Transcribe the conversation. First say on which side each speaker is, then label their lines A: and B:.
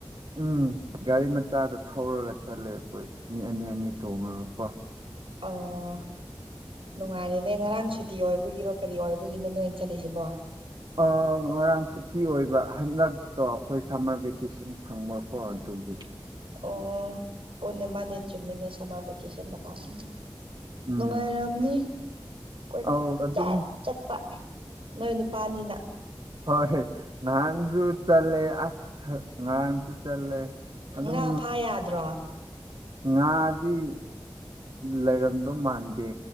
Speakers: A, on the right; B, on the right.
A: ꯎꯝ ꯒꯥꯔꯤ ꯃꯆꯥꯗ ꯊꯧꯔꯒ ꯆꯠꯂꯦ ꯑꯩꯈꯣꯏ ꯃꯤ ꯑꯅꯤ ꯑꯅꯤ ꯇꯣꯡꯔꯒꯀꯣ
B: ꯑꯣ ꯅꯨꯡꯉꯥꯏꯔꯦꯅꯦ ꯉꯔꯥꯡ ꯁꯨꯇꯤ ꯑꯣꯏꯕꯒꯤꯔꯣ ꯀꯔꯤ ꯑꯣꯏꯕꯒꯤꯅꯣ ꯅꯣꯏꯅ ꯆꯠꯂꯤꯁꯤꯕꯣ
A: ꯑꯥ ꯉꯔꯥꯡ ꯁꯨꯇꯤ ꯑꯣꯏꯕ ꯍꯟꯗꯛꯇꯣ ꯑꯈꯣꯏ ꯁꯝꯃꯔ ꯚꯦꯀꯦꯁꯟ ꯐꯪꯕꯀꯣ ꯗꯨꯒꯤ
B: ꯑꯣ ꯑꯣꯅꯦ ꯃꯥꯅꯦ ꯆꯨꯝꯃꯤꯅꯦ ꯁꯝꯃꯔ ꯚꯦꯀꯦꯁꯟ ꯃꯇꯝꯅꯤ
A: ꯎꯝ
B: ꯅꯨꯡꯉꯥꯏꯔꯝꯅꯤ ꯀꯣꯏꯆꯠ
A: ꯑꯧ ꯑꯗꯨꯝ
B: ꯆꯠꯄ ꯅꯣꯏ ꯅꯨꯄꯥꯅꯤꯅ
A: ꯍꯣꯏ ꯅꯍꯥꯟꯁꯨ ꯆꯠꯂꯦ ꯑꯁ ꯅꯔꯥꯡꯁꯨ ꯆꯠꯂꯦ ꯑꯗꯨꯝ
B: ꯉꯥ ꯐꯥ ꯌꯥꯗ꯭ꯔꯣ
A: ꯉꯥꯗꯤ ꯉꯥꯗꯤ ꯂꯩꯔꯝꯗꯧ ꯃꯥꯟꯗꯦ